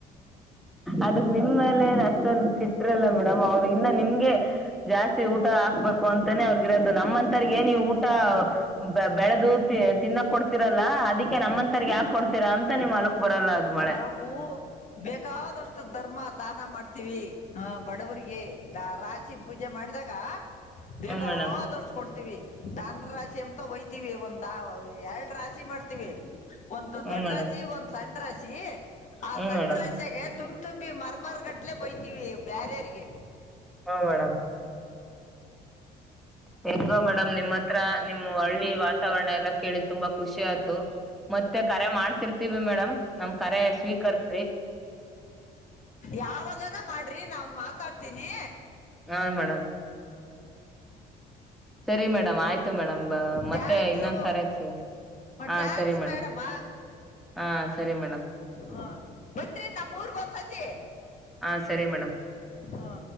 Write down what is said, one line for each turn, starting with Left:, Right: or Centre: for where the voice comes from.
Centre: ಅದಕ್ಕ ನಿಮ್ಮ ಮೇಲೆ ಅಷ್ಟೊಂದುಟ್ಟ್ರಲ್ಲ ಬಿಡಮ್ಮ್ ಅವರು ಇನ್ನ ನಿಮ್ಮ. ಗೇ ಜಾಸ್ತಿ ಊಟ ಹಾಕ್ಬೇಕು. ಅಂತಾನೇ ಅವ್ರಗಿರೋದು ನಮ್ಮಂತರ್ಗ ಏ ನೀವು. ಬೇ ಬೆಳಗೆ ಬೆಳೆದು ತಿ ತಿನ್ನಕ್ ಕೊಡ್ತಿರಲ್ಲ. ಅದಕ್ಕೆ ನಮ್ಮ. ಯಾಕ ಕೊಡ್ತೀರ ಅಂತ ನಿಮ್ ಹೊಲಕ್ಕ ಬರಲ್ಲ. ಅದು ಮಳೆ
Left: ನಾವು ಬೇಕಾದಷ್ಟು ಧರ್ಮ ಅ. ದಾನ ಮಾಡ್ತೀವಿ ಹ ಬಡವಿಗೆ ರಾಶಿ ಪೂಜೆ ಮಾಡಿದಾಗ. ಬೇಕದ
Centre: ಹ್ಮ್ ಮೇಡಮ್
Left: ಅಷ್ಟ ಕೊಡ್ತೀವಿ ದಾನ. ರಿ ಎಂತ ಹೊಯ್ತಿೀವಿ ಒಂದ್ ಎರಡು ರಾಶಿ ಮಾಡ್ತೀವಿ. ಒಂದು
Centre: ಹ್ಮ್
Left: ದೊಡ್ಡ
Centre: ಮೇಡಮ್
Left: ರಾಶಿ ಒಂದು್ ಸಣ್ಣ ರಾಶಿ. ಆ
Centre: ಹ್ಮ್
Left: ಸನ್
Centre: ಮೇಡಮ್
Left: ರಾಶಾಗೆ ತುಂಬಾ. ತುಂಬ ತುಂಬಿ ಮರ ಮರಗಟ್ಲೆ ಒಯ್ತೀವಿ ಬ್ಯಾರೆರಿಗೆ.
Centre: ಹ ಮೇಡಮ್. ಹೆಂಗೋ ಮೇಡಮ್ ನಿಮ್ಮ ಹತ್ರ ನಿಮ್ಮ ಹಳ್ಳಿ ವಾತಾವರಣ ಎಲ್ಲಾ ಕೇಳಿದ ತುಂಬಾ ಖುಷಿ ಆಯ್ತು. ಮತ್ತೆ ಕರೆ ಮಾಡ್ತಿರ್ತೀವಿ ಮೇಡಮ್ ನಮ್ ಕರೆ ಸ್ವೀಕರ್ಸಿ.
Left: ಯಾವಾಗನ ಮಾಡ್ರಿ ನಾ್ನ್ ಮಾತಾಡ್ತೀನಿ.
Centre: ಹಾ ಮೇಡಮ್. ಸರಿ ಮೇಡಮ್ ಆಯ್ತು ಮ ಮತ್ತೆ
Left: ಥ್ಯಾಂಕ್ಸು
Centre: ಇನ್ನೊಂದ್ ಸರಿ ಹಾ
Left: ಥ್ಯಾಂಕ್ಸ್
Centre: ಸರಿ ಮೇಡಂ
Left: ಮೇಡಮ್ಮ
Centre: ಹಾ ಸರಿ ಮೇಡಂ
Left: ಹ ಬನ್ರಿ ನಮ್ ಊರ್ಗ್ ಒಂದ್ಸತಿ
Centre: ಹಾ ಸರಿ ಮೇಡಂ.
Left: ಹ